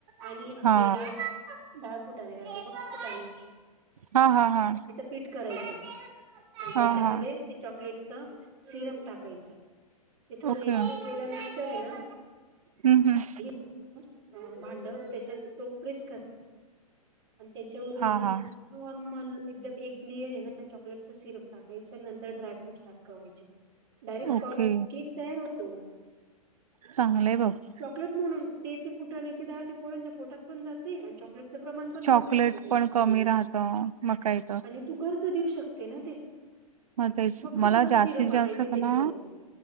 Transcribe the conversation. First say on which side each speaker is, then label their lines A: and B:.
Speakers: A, on the right (about 50°); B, on the right (about 70°).
A: आणि आपले
B: हा
A: डाळ फूठाने <unintelligible> बघ कुठ
B: हा हा हा.
A: पीट करायचा, आणि
B: हा
A: त्याच्यामध्ये
B: हा
A: ते चॉकलेटच सिरप टाकायचं, ते थोडं
B: ओके
A: एकजूट केल्यानंतर ये ना.
B: हम्म हम्म
A: <unintelligible> भांडव त्याच्यात तो प्रेस कर पण त्याच्यावरून
B: हा
A: ये ना,
B: हा
A: नॉर्मल एकदम एक क्लिअर ये ना, चॉकलेटच सिरप टाकायचं, नंतर ड्रायफ्रूटस आटखवायचे. डायरेक्ट
B: ओके
A: कट, केक तयार होतो.
B: चांगलंय बाबा.
A: चॉकलेट म्हणून, ते ते कुटण्याची डाळ ते पोरांच्या पोटात पण जाते, आणि च प्रमाण पण
B: चॉकलेट
A: कमी राहत त्याच्यामध्ये,
B: पण कमी राहतं मग काय तर
A: आणि तू घरच देऊ शकते ना ते
B: म ते
A: फक्त
B: मला
A: तुला सिरप
B: जास्तीत
A: आणायचे
B: जास्त कला
A: ते बी चालायचं